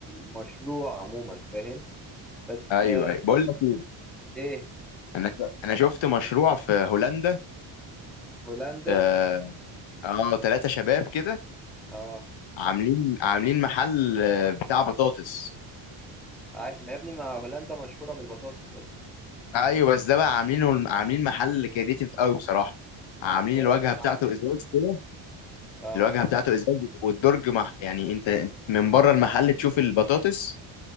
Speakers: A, in the centre; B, on the left.
A: مشروع عموما فاهم بس
B: ايوه
A: آه،
B: ايوه بقول لك ايه
A: ايه
B: انا انا شفت مشروع في هولندا
A: هولندا
B: اه آه، تلاتة شباب كده
A: اه
B: عاملين عاملين محل آه، بتاع بطاطس
A: عي- ما يا ابني ما هولندا مشهورة بالبطاطس اصلا
B: ايوه بس ده بقى عاملينه عاملين محل كريتيف قوي بصراحه عاملين
A: ازاي
B: الواجهه
A: بقى يا
B: بتاعته
A: معلم
B: ازاز كده
A: اه
B: الواجهه بتاعته ازاز والدرج مح... يعني انت من بره المحل تشوف البطاطس